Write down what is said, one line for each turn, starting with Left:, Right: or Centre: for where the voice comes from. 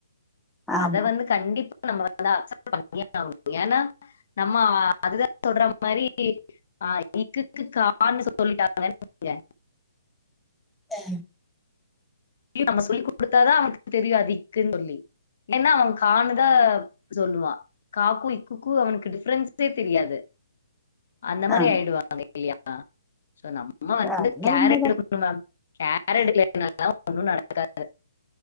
Centre: ஆமா
Left: அத வந்து கண்டிப்பா நம்ம வந்து அக்சப்ட் பண்ணியே ஆவுனு ஏனா நம்ம அதுதா சொல்ற மாரி ஆ க்குக்கு கான்னு சொல்லிட்டாங்கன் வைங்க
Centre: ஆ
Left: நம்ம சொல்லி குடுத்தாதா அவனுக்கு தெரியு அது க்குன் சொல்லி இல்லனா அவே கான்னு தா சொல்லுவா காக்கு க்குக்கு அவனுக்கு டிஃப்ரென்ஸே தெரியாது அந்த
Centre: ஆ
Left: மாரி
Centre: ஆ
Left: ஆய்டுவாங்க இல்லயா ஸோ நம்ம வந்து
Centre: அதெல்லா
Left: கேர்
Centre: உண்மதா
Left: எடுக்கனு மேம் கேர் எடுக்லனாதா ஒன்னு நடக்காது